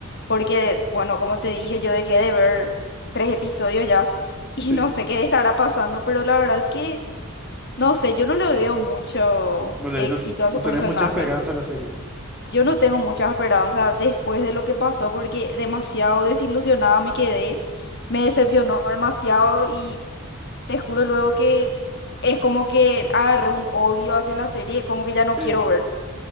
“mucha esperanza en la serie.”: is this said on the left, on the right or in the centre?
Centre